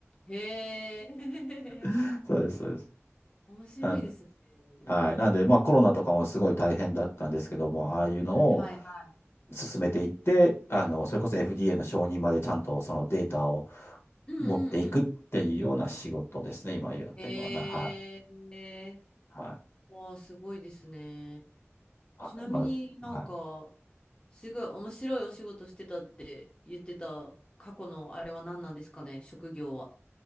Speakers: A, on the left (about 20°); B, on the left (about 60°).
A: へえ。
B: <laughs> そうです、そうです。
A: <laughs> 面白いですね。
B: あのはい。なんで、まあコロナとかもすごい大変だったんですけども、ああいうのを
A: はいはいはい。
B: 進めていって、あの、それこそ
A: うんうん。
B: FDA の承認までちゃんとそのデータを
A: うんうんうん
B: 持っていくっていうような仕事ですね、今やってるのはな。
A: ええ
B: はい。はい
A: わあ、すごいですね。
B: あ、
A: ちなみになんか、
B: まあ、はい。
A: すごい面白いお仕事してたって言ってた過去のあれは何なんですかね、職業は。